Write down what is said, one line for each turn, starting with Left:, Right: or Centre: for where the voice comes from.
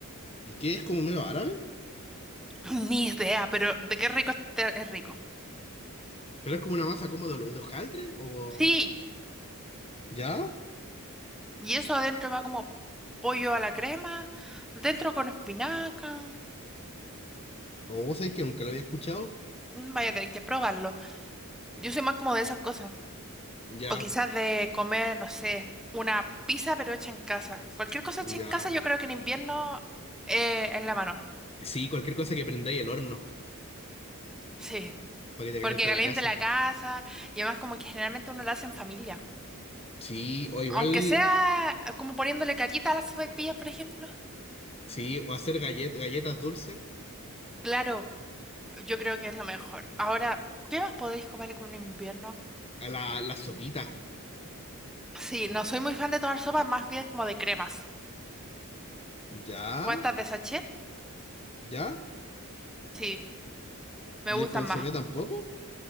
Left: ¿Y qué es como medio árabe?
Centre: <clears throat> Ni idea, pero de qué rico este- es rico.
Left: ¿Pero es como una masa como de, lo- de hojaldre? ¿O
Centre: Sí,
Left: ya?
Centre: y eso adentro va como pollo a la crema, dentro con espinaca.
Left: ¿O vos sabés que nunca lo había escuchado?
Centre: Mm, Vaya a tener que probarlo. Yo soy más como de esas cosas.
Left: Ya,
Centre: O quizás de comer, no sé, una pizza pero hecha en casa. Cualquier cosa
Left: ya.
Centre: hecha en casa, yo creo que en invierno eh, es la mano.
Left: Sí, cualquier cosa que prendáis el horno
Centre: Sí,
Left: para que te
Centre: porque
Left: caliente
Centre: caliente
Left: la casa.
Centre: la casa y además como que generalmente uno la hace en familia.
Left: Sí, o igual,
Centre: Aunque sea eh, como poniéndole carita a las sopaipillas, por ejemplo.
Left: sí, o hacer gallet- galletas dulces.
Centre: Claro, yo creo que es lo mejor. Ahora, ¿qué más podéis comer con un invierno?
Left: A la, las sopitas
Centre: Sí, no soy muy fan de tomar sopa más bien como de cremas.
Left: Ya,
Centre: ¿Cómo estás de sachet?
Left: ya.
Centre: Sí, me
Left: ¿Y
Centre: gustan
Left: el consomé
Centre: más.
Left: tampoco?